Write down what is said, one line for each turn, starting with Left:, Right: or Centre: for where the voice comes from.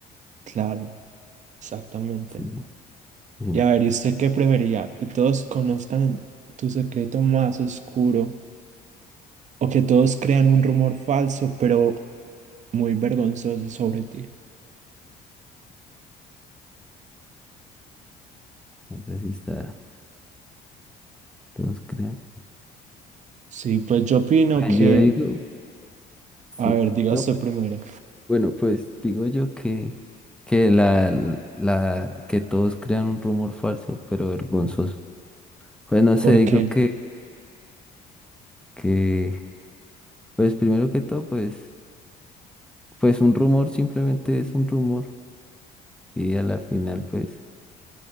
Right: claro, exactamente.
Centre: Sí, sí,
Right: Y a ver, ¿y usted qué prefería? ¿Que todos conozcan tu secreto más oscuro o que todos crean un rumor falso, pero muy vergonzoso sobre ti?
Centre: esa sí está, todos crean.
Right: Sí, pues yo opino
Centre: Pues
Right: que,
Centre: yo digo, sí,
Right: a ver, diga
Centre: no,
Right: usted
Centre: pues,
Right: primero.
Centre: bueno, pues digo yo que, que la, la, que todos crean un rumor falso, pero vergonzoso. Pues no sé,
Right: ¿Por
Centre: digo
Right: qué?
Centre: que, que, pues primero que todo, pues, pues un rumor simplemente es un rumor. Y a la final, pues,